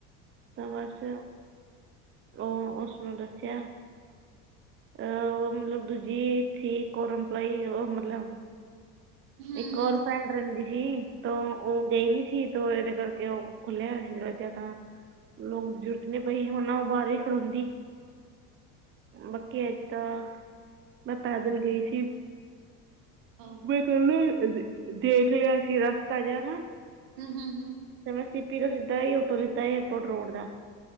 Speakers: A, on the right (about 30°); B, on the right (about 70°).
A: ਤਾਂ ਬਸ ਓ ਉਸਨੂੰ ਦੱਸਿਆ। ਅਹ ਉਹ ਮਤਲਬ ਦੂਜੀ ਸੀ ਕੋਰਪਲਾਈ ਉਹ ਮਤਲਬ
B: ਹੂੰ
A: ਇੱਕ
B: ਹੂੰ
A: ਹੋਰ ਫਰੈਂਡ ਰੈਂਦੀ ਹੀ ਤ ਉਹ ਗਈ ਨਈ ਸੀ। ਤੇ ਇਹਦੇ ਕਰਕੇ ਉਹ ਖੁੱਲਿਆ ਹੋਇਆ ਸੀ ਇਜਾਂ ਤਾਂ ਲੋਕ ਜ਼ਰੂਰਤ ਨਹੀਂ ਪਈ ਹੁਣ ਬਾਰ ਈ ਖੜੋਂਦੀ। ਬਾਕੀ ਅੱਜ ਤਾਂ ਮੈਂ ਪੈਦਲ ਗਈ ਸੀ।
B: ਹਾਂ
A: ਪਹਲੇ ਦੇਖ ਲਿਆ ਸੀ ਰਸਤਾ ਜਿਹਾ ਨਾ।
B: ਹੂੰ ਹੂੰ
A: ਤੇ ਮੈਂ ਸੀਪੀ ਤੋਂ ਸਿੱਧਾ ਆਟੋ ਲਿੱਤਾਂ ਏਅਰਪੋਰਟ ਰੋਡ ਦਾ